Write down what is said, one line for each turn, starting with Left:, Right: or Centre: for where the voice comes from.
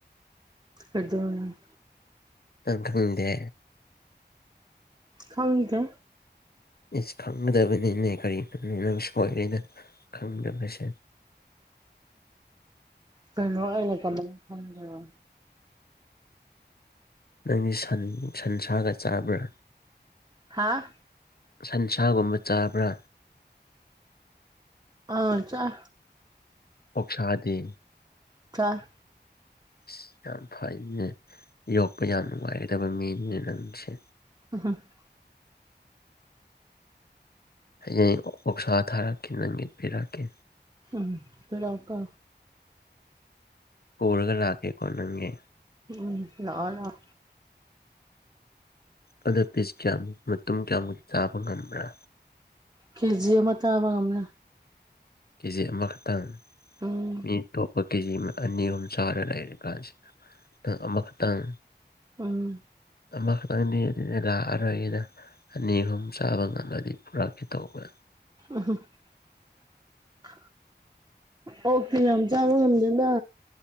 Right: ꯑꯗꯨꯅꯤ
Left: ꯅꯪ ꯈꯪꯗꯦ
Right: ꯈꯪꯗꯦ
Left: ꯏꯁ ꯈꯪꯒꯗꯕꯅꯤꯅꯦ ꯀꯔꯤꯅꯣꯅꯦ ꯅꯪ ꯁꯣꯏꯔꯦꯗ ꯈꯪꯗꯕꯁꯦ
Right: ꯀꯩꯅꯣ ꯑꯩꯅ ꯀꯃꯥꯏꯅ ꯈꯪꯗꯣꯏꯕ
Left: ꯅꯪꯗꯤ ꯁꯟ ꯁꯟꯁꯥꯒ ꯆꯥꯕ꯭ꯔꯥ
Right: ꯍꯥꯥ
Left: ꯁꯟꯁꯥꯒꯨꯝꯕ ꯆꯥꯕ꯭ꯔꯥ
Right: ꯑꯥ ꯆꯥꯏ
Left: ꯑꯣꯛꯁꯥꯗꯤ
Right: ꯆꯥꯏ
Left: ꯑꯁ ꯌꯥꯝ ꯐꯩꯅꯦ ꯌꯣꯛꯄ ꯌꯥꯝ ꯅꯨꯡꯉꯥꯏꯒꯗꯕ ꯃꯤꯅꯦ ꯅꯪꯁꯦ
Right: <inaudible>
Left: ꯍꯌꯦꯡ ꯑꯣꯛꯁꯥ ꯊꯥꯔꯛꯀꯦ ꯅꯪꯒꯤ ꯄꯤꯔꯛꯀꯦ
Right: ꯎꯝ ꯄꯤꯔꯛꯑꯣꯀꯣ
Left: ꯄꯨꯔꯒ ꯂꯥꯛꯀꯦꯀꯣ ꯅꯪꯒꯤ
Right: ꯎꯝ ꯂꯛꯑꯣ ꯂꯛꯑꯣ
Left: ꯑꯗꯣ ꯄꯤꯁ ꯀꯌꯥꯃꯨꯛ ꯃꯇꯨꯡ ꯀꯌꯥꯃꯨꯛ ꯆꯥꯕ ꯉꯕ꯭ꯔꯥ
Right: ꯀꯦ ꯖꯤ ꯑꯃ ꯆꯥꯕ ꯉꯝꯅꯤ
Left: ꯀꯦ ꯖꯤ ꯑꯃꯈꯛꯇꯪ
Right: ꯎꯝ
Left: ꯃꯤ ꯇꯣꯞ ꯀꯦꯖꯤ ꯑꯅꯤ ꯑꯍꯨꯝ ꯆꯥꯔ ꯂꯩꯔꯤ ꯀꯥꯟꯁꯤꯗꯪ ꯅꯪ ꯑꯃꯈꯛꯇꯪ
Right: ꯎꯝ
Left: ꯑꯃꯈꯛꯇꯪꯗꯤ ꯂꯥꯛꯑꯔꯣꯏꯒꯦꯗ ꯑꯅꯤ ꯑꯍꯨꯝ ꯆꯥꯕ ꯉꯝꯃꯗꯤ ꯄꯨꯔꯛꯀꯦ ꯇꯧꯕ
Right: <unintelligible> ꯑꯣꯛꯇꯥ ꯌꯥꯝ ꯆꯥꯕ ꯉꯝꯗꯦꯅ